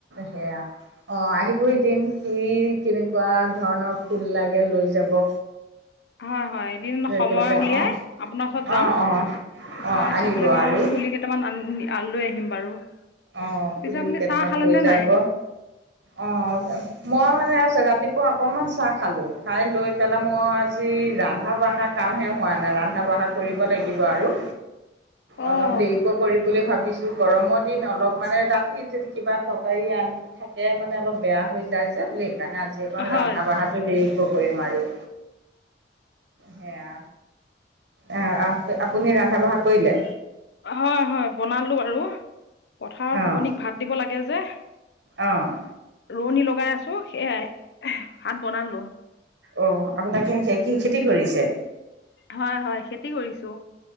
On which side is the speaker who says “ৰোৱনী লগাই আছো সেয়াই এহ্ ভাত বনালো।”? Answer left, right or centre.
Left